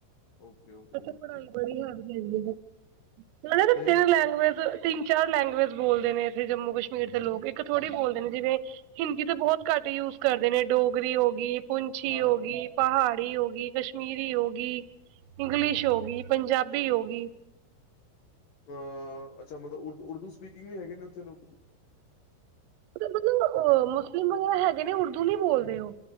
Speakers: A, on the left (about 65°); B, on the right (about 90°).
A: ਓਕੇ ਓਕੇ
B: ਇੱਥੇ
A: ਓਕੇ
B: ਪੜ੍ਹਾਈ ਬੜੀ ਹੈਵੀ ਏ। ਉਹ
A: ਤੇ
B: ਤਿੰਨ ਲੈਗਏਜ ਤਿੰਨ-ਚਾਰ ਲੈਂਗੁਏਜ ਬੋਲਦੇ ਨੇ ਇੱਥੇ ਜੰਮੂ ਕਸ਼ਮੀਰ ਦੇ ਲੋਕ ਇੱਕ ਥੋੜ੍ਹੀ ਬੋਲਦੇ ਨੇ ਜਿਵੇਂ ਹਿੰਦੀ ਤਾਂ ਬਹੁਤ ਘੱਟ ਯੂਜ ਕਰਦੇ ਨੇ ਡੋਗਰੀ ਹੋ ਗਈ, ਪੁੰਛੀ
A: ਹਾਂ
B: ਹੋ ਗਈ, ਪਹਾੜ ਡੀ ਹੋ ਗਈ, ਕਸ਼ਮੀਰੀ ਹੋ ਗਈ, ਇੰਗਲਿਸ਼ ਹੋ ਗਈ, ਪੰਜਾਬੀ ਹੋ ਗਈ।
A: ਅਹ ਅੱਛਾ ਮਤਲਬ ਉਦੂ ਉਰਦੂ ਸਪੀਕਿੰਗ ਵੀ ਹੈਗੇ ਨੇ ਉੱਥੇ ਲੋਕ?
B: ਮਤਲਬ ਮੁਸਲਿਮ ਵਗੈਰਾ ਹੈਗੇ ਨੇ ਉਰਦੂ ਨੀ ਬੋਲਦੇ ਉਹ,